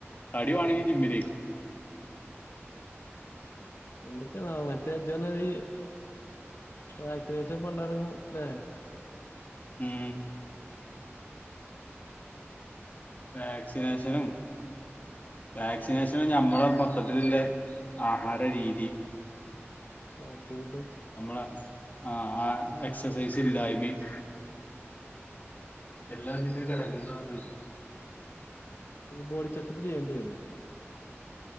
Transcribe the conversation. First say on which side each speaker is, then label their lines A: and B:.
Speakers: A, on the left; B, on the left.
A: തടി വേണോങ്കി ജിമ്മിലേക്ക് ക്കോ
B: എന്തൊക്കെയെന്ന മറ്റേ ജജന്ന നീ വാക്സിനേഷൻ പണ്ടറങ്ങുംല്ലേ
A: ഉം വാക്സിനേഷനും വാക്സിനേഷനും ഞമ്മളെ മൊത്തത്തിലില്ലെ ആഹാര രീതിയും
B: ഫാസ്റ്റ് ഫുഡും
A: നമ്മളെ ആഹാ എക്സസൈസ് ഇല്ലായ്മയും എല്ലാത്തിന്റെയും ഘടഗങ്ങളാന്ന് <unintelligible>
B: ബോഡി ചെക്കപ്പ് ചെയ്യേണ്ടി വരണം